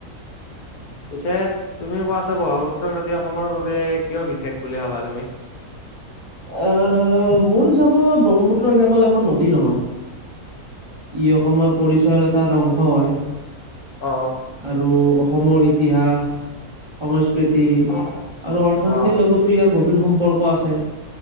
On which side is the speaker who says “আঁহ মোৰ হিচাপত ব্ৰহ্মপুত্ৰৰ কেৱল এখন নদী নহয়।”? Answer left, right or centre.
Right